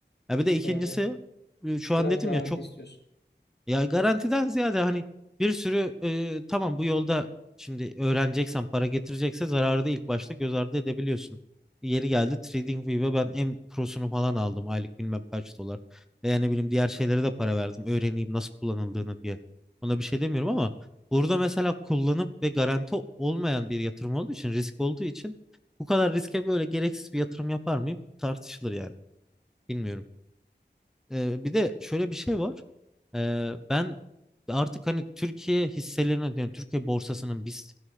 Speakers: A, in the centre; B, on the left.
A: Ya bir de ikincisi
B: Hı hı.
A: e, şu an
B: Biraz
A: dedim
B: garanti
A: ya çok
B: istiyorsun.
A: ya garantiden ziyade hani bir sürü e, tamam bu yolda şimdi öğreneceksen para getirecekse zararı da ilk başta göz ardı edebiliyorsun. Yeri geldi TradingView'e ben en prosunu falan aldım aylık bilmem kaç dolar. Veya ne bileyim diğer şeylere de para verdim öğreneyim nasıl kullanıldığını diye. Ona bir şey demiyorum ama burada mesela kullanıp ve garanti olmayan bir yatırım olduğu için risk olduğu için bu kadar riske böyle gereksiz bir yatırım yapar mıyım tartışılır yani. Bilmiyorum. Ee, bir de şöyle bir şey var. Ee, ben artık hani Türkiye hisselerine yani Türkiye borsasının biz